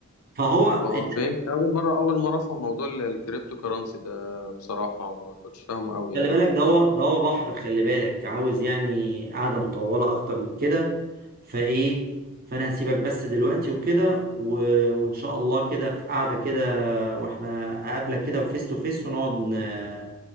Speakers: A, on the right; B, on the left.
A: فهو
B: اه
A: الناس
B: فهمت اول مرة اول مرة افهم موضوع ال- الكريبتو كرنسي ده بصراحة ما كنتش فاهمه قوي
A: خلي
B: يعني
A: بالك ده هو ده هو بحر خلي بالك عاوز يعني قعدة مطولة أكتر من كده فإيه فأنا هسيبك بس دلوقتي وكده و... وإن شاء الله كده في قعدة كده وإحنا هقابلك كده وفيس تو فيس ونقعد ن...